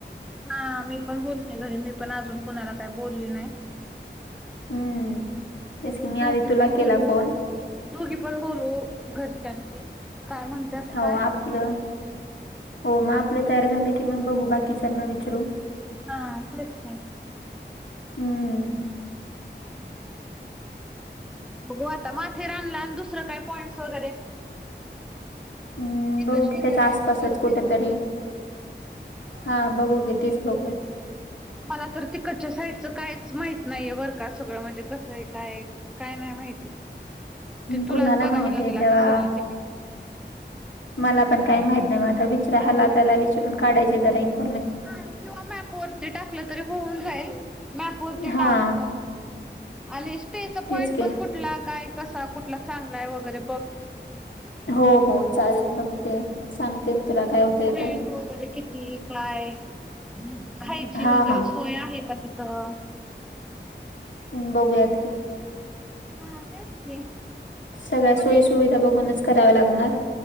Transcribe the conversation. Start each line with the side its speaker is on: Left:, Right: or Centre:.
Centre: हा मी पण बोलते घरी मी पण अजून कुणाला काय बोलली नाही.
Left: हम्म तेच
Centre: बघू
Left: की मी आधी
Centre: दोघी
Left: तुला
Centre: पण बोलू.
Left: केला फोन
Centre: दोघी पण बोलू घरच्यांशी काय म्हणतात
Left: हो
Centre: काय.
Left: आपलं हो मग आपलं तयार झालं की मग बघू बाकीच्यांना विचरू.
Centre: हा, तेच की.
Left: हम्म
Centre: बघू आता माथेरानला आणि दुसरं काय पॉईंट्स वगैरे.
Left: हम्म,
Centre: तिथं
Left: बघू की
Centre: शेजारी
Left: त्याच्या आसपासच
Centre: आसपास
Left: कुठेतरी
Centre: आहेत का पाॅईंट्स सोडून.
Left: हा बघू की तेच बघूयात.
Centre: मला तर तिकटच्या साईडचं कायच माहित नाहीये बर का सगळं म्हणजे कसं आहे काय. काय नाही माहिती ते तुलाच
Left: कुणाला
Centre: बघावं
Left: माहित
Centre: लागेल
Left: आहे
Centre: आता
Left: तेव्हा
Centre: सगळं तिकडंच.
Left: मला पण काय माहित नाही बघ आता विचरा ह्याला त्याला विचरून काढायची जरा इन ''--''
Centre: हा किंवा मॅप वरती टाकलं तरी होऊन जाईल मॅप वरती
Left: हा
Centre: टाक ह. आणि स्टेचा पॉइंट
Left: तेच की
Centre: पण कुठला काय कसा कुठला चांगलाय वगैरे बघ.
Left: हो हो, चालेल बघते. सांगते मी तुला काय होतंय
Centre: रेंट
Left: ते
Centre: वगैरे किती काय. खायची
Left: हा
Centre: वगैरे
Left: हा
Centre: सोय आहे का तिथं.
Left: बघूयात की.
Centre: हा, तेच की.
Left: सगळ्या
Centre: म्हणजे
Left: सोयी सुुविधा बघूनच कराव्या लागणार.